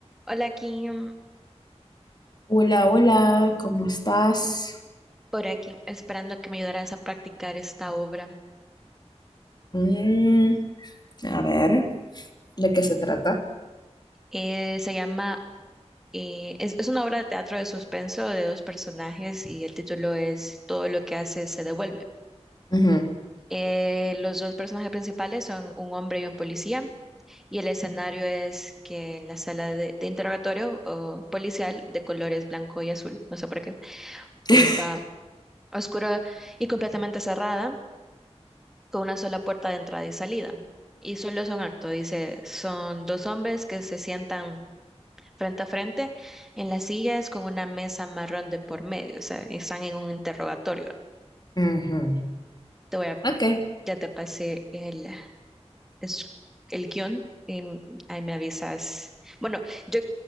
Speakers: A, in the centre; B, on the left.
A: Hola, aquí, mm,
B: Hola, hola, ¿cómo estás?
A: por aquí, esperando que me ayudaras a practicar esta obra.
B: Mm, a ver. ¿De qué se trata?
A: Eh, se llama, eh, es, es una obra de teatro de suspenso de dos personajes y el título es Todo lo que hace se devuelve.
B: Ujú,
A: Eh, los dos personajes principales son un hombre y un policía y el escenario es que en la sala de, de interrogatorio o policial de colores blanco y azul, no sé por qué, eh,
B: <laughs>
A: está oscura y completamente cerrada. con una sola puerta de entrada y salida. Y solo es un acto, dice, son dos hombres que se sientan frente a frente en las sillas con una mesa marrón de por medio, o sea, están en un interrogatorio.
B: ujú.
A: Te voy a,
B: Ok,
A: ya te pasé el, es- el guión y ahí me avisas. Bueno, yo